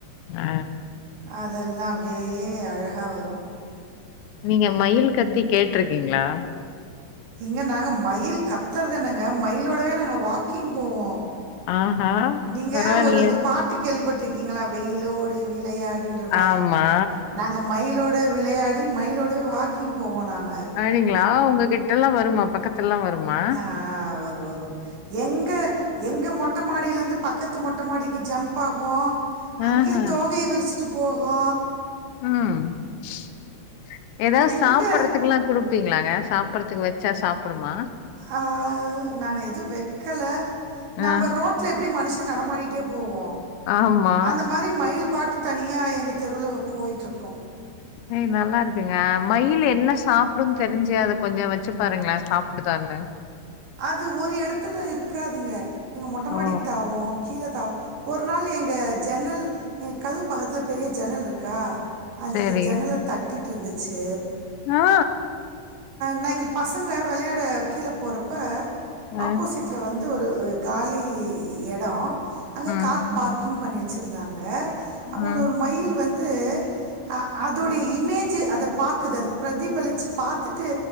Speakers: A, on the left; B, on the right.
A: ஆ
B: அதெல்லா அப்டியே அழகா வரு
A: நீங்க மயில் கத்தி கேட்ருக்கீங்ளா
B: இங்க நாங்க மயில் கத்துறது என்னங்க மயிலோடவே நாங்க வாக்கிங் போவோ
A: ஆஹா
B: நீங்க
A: பரவாயில்லையே
B: ஒரு இந்த பாட்டுக் கேள்விப்பட்ருக்கீங்களா வெயிலோடு விளையாடுன்ற மாரி
A: ஆமா
B: நாங்க மயிலோட விளையாடி மயிலோடவே வாக்கிங் போவோ நாங்க
A: அப்டிங்களா உங்ககிட்டல்லா வருமா பக்கத்துல்லா வருமா
B: ஆ ஆ வரு வரு எங்க எங்க மொட்ட மாடியிலருந்து பக்கத்து மொட்ட மாடிக்கு ஜம்ப் ஆகு அங்கயே
A: ஆஹா
B: தோகைய விரிச்சிட்டு போகூ
A: உம் ஷ் ஏதாவது
B: ம்
A: சாப்பிட்றதுக்கெல்லா
B: இங்க
A: குடுப்பீங்களாங்க சாப்பட்றதுக்கு வெச் ச்சா சாப்டுமா
B: அ நாங்க எதுவு வெக்கல நாம்ப
A: ஆ
B: ரோட் ட்ல எப்டி மனுஷ நடமாடிட்டே போவோ
A: ஆமா
B: அந்த மாரி மயில் பாட்டு தனியா எங்க தெருவுல போயிட்ருக்கு
A: ஏய் நல்லா இருக்குங்க மயில் என்ன சாப்டுன் தெரிஞ்ச அத கொஞ்ச வெச்சு பாருங்களே சாப்டுதானு
B: அது ஒரு எடத்துல இருக்காதுங்க எங்க மொட்ட மாடிக்
A: ஓ
B: தாவு கீழ தாவு ஒரு நாள் எங்க ஜன்னல் எங்க கதுவு பக்கத்ல பெரிய ஜன்னல் ருக்கா அஞ்சுசு
A: செரி
B: ஜன்னல தட்டிட்டிருந்துச்சு
A: ஆ
B: நா இங்கள் பசங்க வெளையாட கீழ போறப்ப
A: அ
B: ஆப்போசிட் வீட்ல வந்து ஒரு காலி எடோ அங்க
A: ம்
B: கார் பார்க்கிங் பண்ணி வெ ச்சிருந்தாங்க அப்போ
A: ம்
B: அங்க ஒரு மயில் வந்து அ அத் தோடைய இமேஜு அத பாக்குது அது ப்ரதிபலிச்சு பாத்துட்டு